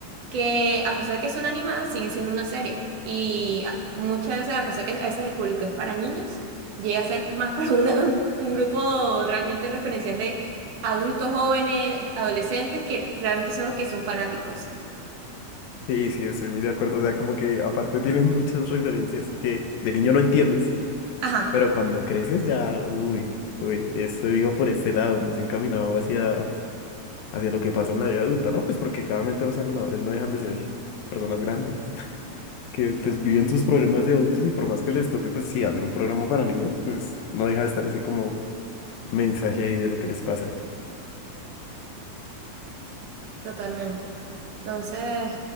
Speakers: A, on the right; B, on the left.
A: que a pesar de que son animadas, siguen siendo una serie. Y a- muchas veces, a pesar que a veces el público es para niños, llega a ser más <laughs> para una- un, un grupo realmente referencial de adultos jóvenes, adolescentes, que realmente son los que son fanáticos.
B: Y sí, estoy muy de acuerdo. O sea, como que aparte tienen muchas referencias que de niño no entiendes,
A: Ajá.
B: pero cuando creces ya, uy, uy, estoy vivo por este lado, más encaminado hacia, hacia lo que pasa en la vida adulta, ¿no? Pues porque claramente los animadores no dejan de ser personas grandes <laughs> que pues viven sus problemas de adultos y por más que les toque, pues sí, hacer un programa para niños, pues no deja de estar ese como mensaje ahí de lo que les pasa.
A: Totalmente. Entonces,